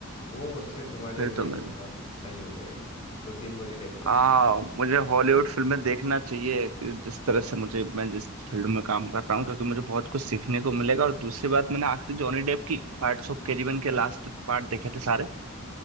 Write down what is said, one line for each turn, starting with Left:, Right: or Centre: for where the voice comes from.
Left: वो उससे तुम्हारी
Right: फिर
Left: अंग्रेजी
Right: तो मैं
Left: बहुत सही हो जाएगी दो तीन बारी देखना
Right: हाँ मुझे हॉलीवुड फिल्में देखना चाहिए कि जिस तरह से मुझे मैं जिस फील्ड में काम कर रहा हूँ क्योंकि मुझे बहुत कुछ सीखने को मिलेगा और दूसरी बात मैंने आखिरी जॉनी डेप की पार्ट्स ऑफ कैरिबियन के लास्ट पार्ट देखे थे सारे